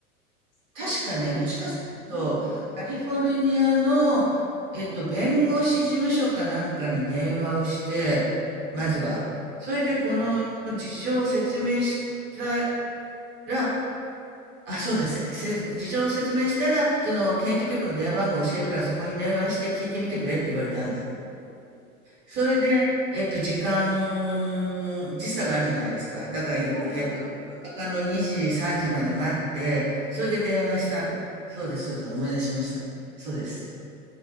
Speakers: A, on the left (about 40°); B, on the right (about 25°).
A: すっごい、
B: 確かね、もしかすると、
A: うんうん、
B: カリフォルニアの、えっと、弁護士事務所かなんかに電話をして、まずは。
A: うん、
B: それでこの事情を説明した
A: うん、うん。
B: ら、あ、そうだ、せせ事情を説明したら、その、検事局の電話番号を教えるから、そこに電話して聞いてみてくれって言われたんだ。それで、えっと、時間、時差があるじゃないですか。だから、いえっと、
A: はいはい。
B: 夜中の2時、3時まで待って、それで電話したんです。
A: うんうん。
B: そうです、そうです、思い出しました。そうです。